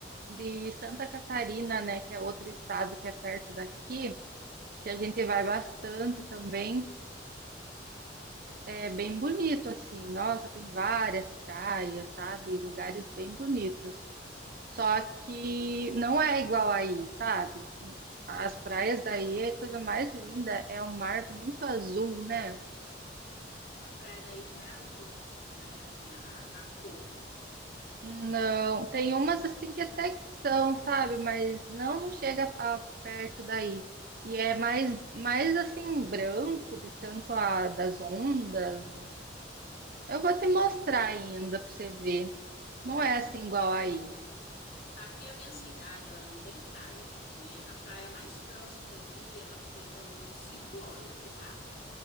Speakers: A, on the right; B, on the left.
A: de Santa Catarina, né, que é outro estado que é perto daqui, que a gente vai bastante também. É bem bonito, assim. Nossa, tem várias praias, sabe? Lugares bem bonitos. Só que não é igual aí, sabe? As praias daí é a coisa mais linda, é o mar muito azul, né?
B: A praia daí não é azul, né? Assim, a, a a cor.
A: Não, tem umas assim que até que são, sabe? Mas não, não chega a- perto daí. E é mais, mais assim, branco, de tanto a das ondas. Eu vou te
B: Eu-
A: mostrar ainda pra você ver. Não é assim igual aí.
B: aqui a minha cidade, ela não tem praia, né? A praia mais próxima daqui, ela fica umas 5 horas de cá.